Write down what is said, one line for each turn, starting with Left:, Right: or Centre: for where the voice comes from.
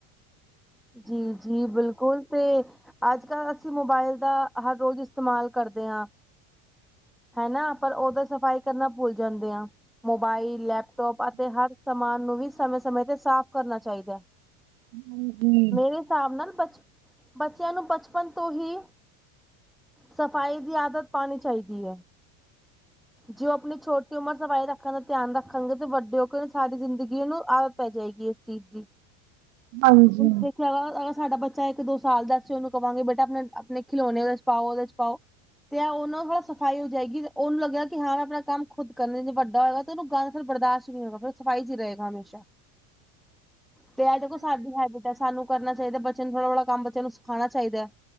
Centre: ਜੀ ਜੀ ਬਿਲਕੁਲ ਤੇ ਅੱਜ ਕੱਲ੍ਹ ਅਸੀਂ ਮੋਬਾਇਲ ਦਾ ਹਰ ਰੋਜ਼ ਇਸਤੇਮਾਲ ਕਰਦੇ ਹਾਂ। ਹੈਨਾ ਪਰ ਉਹਦੋ ਸਫ਼ਾਈ ਕਰਨਾ ਭੁੱਲ ਜਾਂਦੇ ਆ। ਮੋਬਾਈਲ ਲੈਪਟੋਪ ਅਤੇ ਹਰ ਸਮਾਨ ਨੂੰ ਵੀ ਸਮੇ ਸਮੇ ਤੇ ਸਾਫ਼ ਕਰਨਾ ਚਾਹੀਦਾ ਹੈ।
Right: ਹਮ ਹਮ ਹਮ।
Centre: ਮੇਰੇ ਹਿਸਾਬ ਨਾਲ ਬਚ ਬੱਚਿਆਂ ਨੂੰ ਬਚਪਨ ਤੋਂ ਹੀ ਸਫ਼ਾਈ ਦੀ ਆਦਤ ਪਾਣੀ ਚਾਹੀਦੀ ਹੈ। ਜੋ ਆਪਣੀ ਛੋਟੀ ਉਮਰ ਸਫ਼ਾਈ ਰੱਖਣ ਦਾ ਧਿਆਨ ਰੱਖ <unintelligible> ਤੇ ਵੱਡੇ ਹੋ ਕੇ ਉਹਨੂੰ ਸਾਰੀ ਜ਼ਿੰਦਗੀ ਉਹਨੂੰ ਆਦਤ ਪੈ ਜਾਏਗੀ ਇਸ ਚੀਜ਼ ਦੀ। <unintelligible>
Right: ਹਾਂਜੀ
Centre: ਅਗਰ ਸਾਡਾ ਬੱਚਾ ਇੱਕ ਦੋ ਸਾਲ ਦਾ ਅਸੀ ਉਹਨੂੰ ਕਵਾਂ ਗੇ ਬੇਟਾ ਆਪਣੇ-ਆਪਣੇ ਖਿਲੋਣੇ ਇਹਦੇ ਚ ਪਾਓ, ਉਹਦੇ ਚ ਪਾਓ। ਤੇ ਉਹਨਾਂ ਕੋਲੋਂ ਸਫ਼ਾਈ ਹੋ ਜਾਏਗੀ ਤੇ ਉਹਨੂੰ ਲੱਗਿਆ ਕਿ ਹਾਂ ਮੈਂ ਆਪਣਾ ਕੰਮ ਖੁਦ ਕਰਨ ਵੱਡਾ ਹੋਏਗਾ ਤੇ ਉਹਨੂੰ ਗੰਦ ਫਿਰ ਬਰਦਾਸ਼ਤ ਨਹੀਂ ਹੋਗਾ, ਫਿਰ ਸਫਾਈ ਚ ਹੀ ਰਹੇਗਾ ਹਮੇਸ਼ਾ। ਤੇ ਇਹ ਦੇਖੋ ਸਾਡੀ ਹੈਬਿਟ ਹੈ, ਸਾਨੂੰ ਕਰਨਾ ਚਾਹੀਦਾ ਹੈ, ਬੱਚਿਆਂ ਨੂੰ ਥੋੜ੍ਹਾ ਕੰਮ ਬੱਚਿਆਂ ਨੂੰ ਸਿਖਾਣਾ ਚਾਹੀਦਾ ਹੈ।